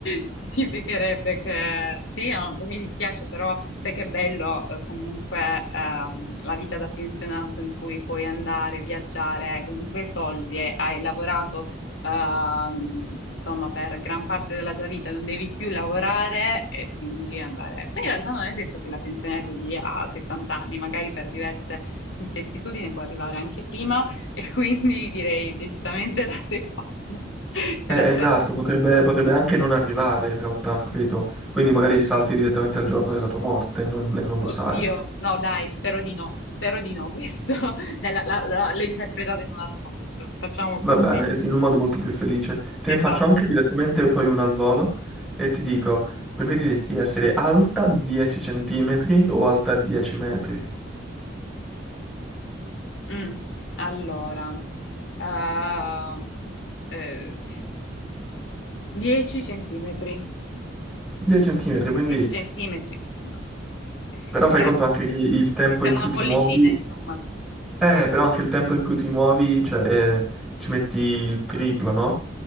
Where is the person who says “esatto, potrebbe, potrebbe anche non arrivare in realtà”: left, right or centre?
Centre